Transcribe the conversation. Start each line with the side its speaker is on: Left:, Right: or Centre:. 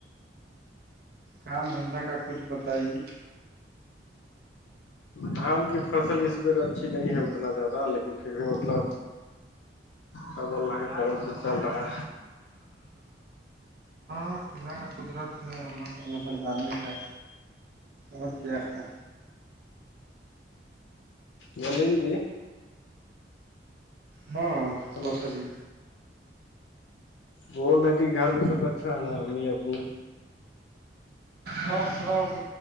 Right: کام دھندا کا کچھ بتائیے
Left: دھان کی فصل اس بیر اچھی نہیں ہے اتنا زیادہ لیکن پھر بھی مطلب کب ل کے کرم سے چل رہا
Right: ال خدا کا قدرت ہے اللہ کا مہربانی ہے اور کیا ہے
Left: گللدی
Right: ہاں
Left: ہلو
Right: کرس جی
Left: بول رہی تھی گھر میں سب اچھا ہے نا امی ابو
Right: سب سپ